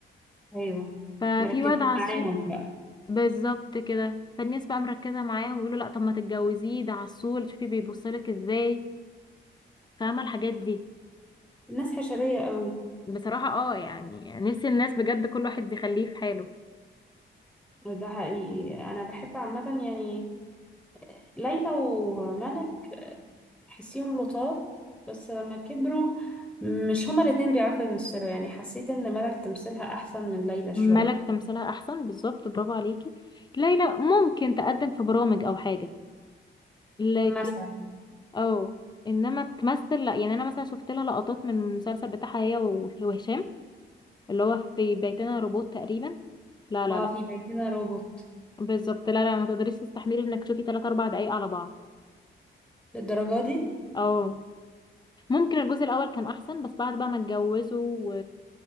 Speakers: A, in the centre; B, on the left.
A: ايوه
B: ففي
A: مركز
B: واد عسول
A: معاهم بقى
B: بالظبط كده فالناس بقى مركزة معاهم ويقولوا لا طب ما تتجوزيه ده عسول شوفي بيبصلك ازاي فاهمة الحاجات دي
A: الناس حشرية قوي
B: بصراحة اه يعني نفسي الناس بجد كل واحد يخليه في حاله
A: ده حقيقي انا بحب عامة يعني ليلى وملك تحسيهم لطاف بس لما كبروا مش هما الاتنين بيعرفوا يمثلوا يعني حسيت ان ملك تمثيلها احسن من ليلى
B: ملك
A: شوية
B: تمثيلها احسن بالظبط برافو عليكي ليلى ممكن تقدم في برامج او حاجة لكن
A: مثلا
B: اه انما تمثل لا يعني انا مثلا شفت لها لقطات من المسلسل بتاعها هي وهشام اللي هو في بيتنا روبوت تقريبا لا لا
A: اه
B: لا
A: في بيتنا روبوت
B: بالظبط لا لا ما تقدريش تستحملي انك تشوفي 3 4 دقايق على بعض
A: للدرجة دي
B: اه ممكن الجزء الاول كان احسن بس بعد بقى ما اتجوزوا